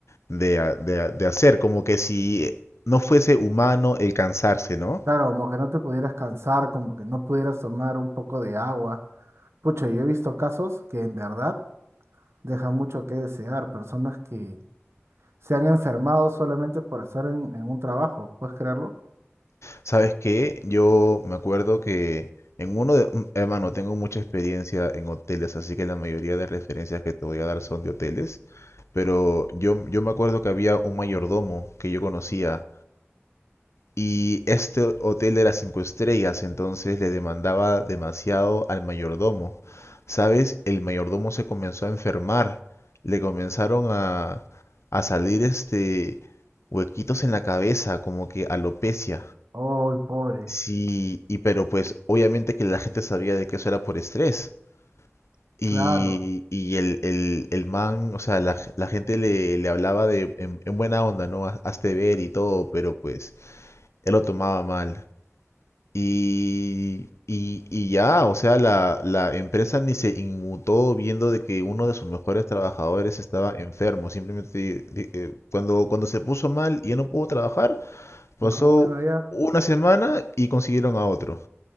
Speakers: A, on the left; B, on the right.
A: de ha- de ha- de hacer. Como que si no fuese humano el cansarse, ¿no?
B: Claro, como que no te pudieras cansar, como que no pudieras tomar un poco de agua. Pucha, yo he visto casos que en verdad dejan mucho que desear, personas que se han enfermado solamente por estar en, en un trabajo, ¿puedes creerlo?
A: ¿Sabes qué? Yo me acuerdo que en uno de... mm, Hermano, tengo mucha experiencia en hoteles, así que la mayoría de referencias que te voy a dar son de hoteles. pero yo, yo me acuerdo que había un mayordomo que yo conocía y este hotel era cinco estrellas, entonces le demandaba demasiado al mayordomo. ¿Sabes? El mayordomo se comenzó a enfermar, le comenzaron a, a salir este huequitos en la cabeza, como que alopecia.
B: ¡Oh, pobre!
A: Sí, y pero pues obviamente que la gente sabía de que eso era por estrés. Y,
B: Claro.
A: y el, el, el man, o sea, la, la gente le, le hablaba de, en, en buena onda, ¿no? "Haz- Hazte ver y todo, pero pues él lo tomaba mal. Y, y, y ya, o sea, la, la empresa ni se inmutó viendo de que uno de sus mejores trabajadores estaba enfermo. Simplemente di- eh, cuando, cuando se puso mal y ya no pudo trabajar, pasó
B: Dijo, bueno, ya.
A: una semana y consiguieron a otro.